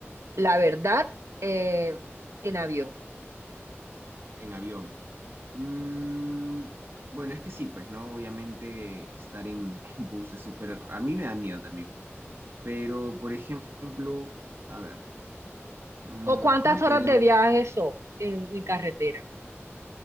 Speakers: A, on the right; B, on the right.
A: La verdad, eh, en avión.
B: en avión? Mm, bueno, es que sí, pues, ¿no? Obviamente estar en, en bus es súper... A mí me da miedo también. Pero, por ejemplo, a ver, mm,
A: ¿O cuántas
B: ¿cómo
A: horas
B: podríamos...
A: de viaje son en, en carretera?